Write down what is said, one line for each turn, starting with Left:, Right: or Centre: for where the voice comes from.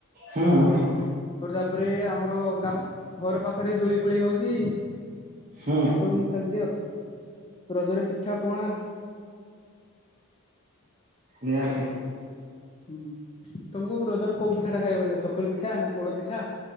Right: ହୁଁ ହୁଁ।
Left: ସେଠୁ ତାପରେ ଆମର ଘର ପାଖରେ ଦୋଳି ଫୋଳି ହଉଛି। ସବୁ
Right: ହୁଁ
Left: ସେମିତି ଚାଲିଛି ଆଉ। ରଜରେ ପିଠା ପଣା
Right: ନିହାତି।
Left: ହୁଁ ତମକୁ ରଜରେ କୋଉ ପିଠା ଟା ଖାଇବାକୁ ଭଲଲାଗେ। ଚକୁଳି ପିଠା ନା ପୋଡ ପିଠା